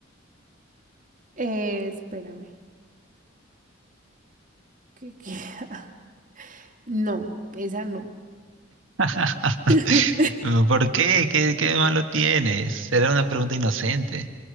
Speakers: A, on the right; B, on the right.
A: Eh, espérame. ¿Qué, qué? <laughs> No, esa no.
B: <laughs>
A: <clears throat>
B: ¿Por qué? ¿Qué, qué de malo tienes? Era una pregunta inocente.